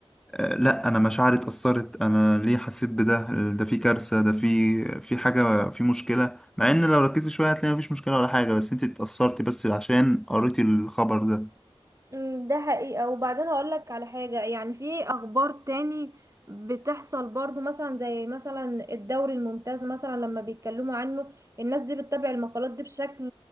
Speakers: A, in the centre; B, on the right (about 30°).
A: آه، لأ أنا مشاعري اتأثرت أنا ليه حسيت بده ده في كارثة ده في في حاجة في مشكلة مع إن لو ركزتي شوية هتلاقي مفيش مشكلة ولا حاجة بس أنت اتأثرتي بس عشان قريتي الخبر ده
B: مم. ده حقيقة وبعدين اقول لك على حاجة يعني في اخبار تاني بتحصل برضو مثلا زي مثلا الدوري الممتاز مثلا لما بيتكلموا عنه الناس دي بتتابع المقالات دي بشكل